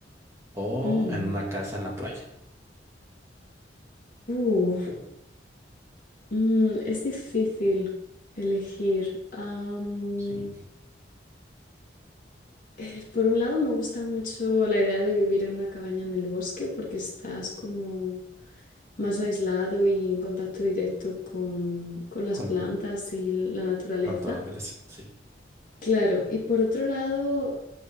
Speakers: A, on the right (about 15°); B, on the left (about 45°).
A: o
B: Mm.
A: en una casa en la playa?
B: Uh. Mm, es difícil elegir. Am,
A: Sí,
B: eh, por un lado, me gusta mucho la idea de vivir en una cabaña en el bosque porque estás como más aislado y en contacto directo con, con las
A: con
B: plantas y la naturaleza.
A: naturaleza, sí,
B: Claro, y por otro lado,